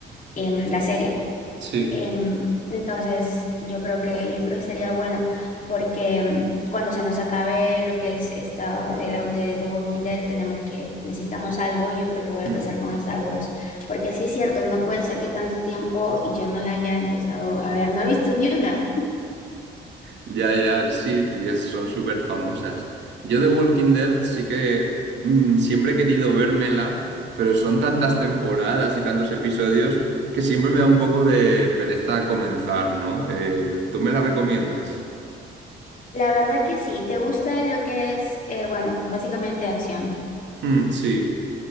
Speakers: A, on the left; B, on the right.
A: en la serie.
B: sí.
A: Em, entonces, yo creo que, yo creo que sería bueno porque em, cuando se nos acabe lo que es esta de, la- de The Walking Dead, tenemos que, necesitamos algo y yo creo que voy a
B: Mm.
A: empezar con Star Wars, porque sí es cierto, no puede ser que tanto tiempo y yo no la haya empezado a ver, no he visto ni una.
B: Ya, ya, sí, y es- son súper famosas. Yo de Walking Dead sí que mm, siempre he querido vérmela, pero son tantas temporadas y tantos episodios que siempre me da un poco de pereza comenzar, ¿no? Eh, ¿tú me la recomiendas?
A: La verdad que sí, ¿te gusta lo que es, eh, bueno, básicamente acción?
B: Mm, sí.